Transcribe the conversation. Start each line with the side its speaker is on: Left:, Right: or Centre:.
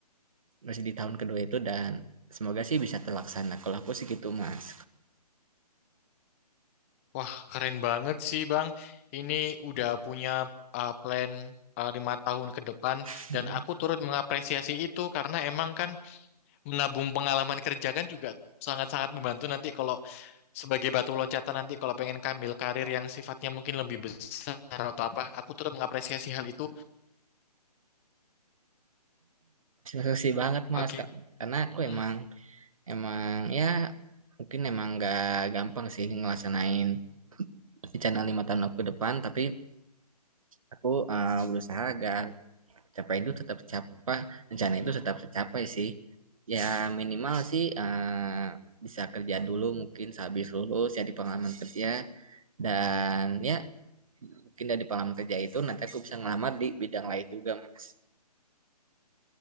Right: masih di tahun kedua itu dan semoga sih bisa terlaksana. Kalau aku sih gitu Mas.
Left: wah keren banget sih bang ini udah punya eh, plan eh, lima tahun ke depan
Right: Hmm,
Left: dan aku turut mengapresiasi itu karena emang kan menabung pengalaman kerja kan juga sangat-sangat membantu nanti kalau sebagai batu loncatan nanti kalau pengen kambil karir yang sifatnya mungkin lebih besar atau apa aku turut mengapresiasi hal itu
Right: makasih banget
Left: oke
Right: Mas Kak. Karena aku
Left: Hmm.
Right: emang Emang ya mungkin emang nggak gampang sih ngelaksanain rencana lima tahun aku ke depan, tapi aku eh, berusaha agar capai itu tetap capai, rencana itu tetap tercapai sih. Ya minimal sih eh, bisa kerja dulu mungkin sehabis lulus ya di pengalaman kerja dan ya mungkin dari pengalaman kerja itu nanti aku bisa ngelamar di bidang lain juga Mas.